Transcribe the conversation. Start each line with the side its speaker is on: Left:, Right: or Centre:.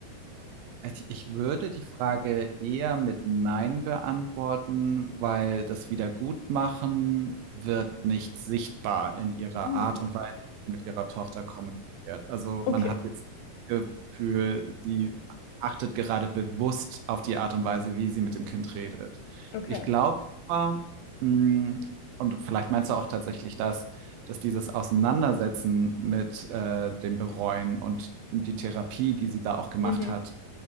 Right: Ich ich würde die Frage eher mit Nein beantworten, weil das Wiedergutmachen wird nicht sichtbar in ihrer
Left: hm,
Right: Art und Weise, wie sie mit ihrer Tochter kommuniziert. Also
Left: okay,
Right: man hat jetzt das Gefühl, sie achtet gerade bewusst auf die Art und Weise, wie sie mit dem Kind redet.
Left: okay.
Right: Ich glaube aber, mh, und vielleicht meinst du auch tatsächlich das, dass dieses Auseinandersetzen mit äh, dem Bereuen und die Therapie, die sie da auch gemacht
Left: Mhm.
Right: hat,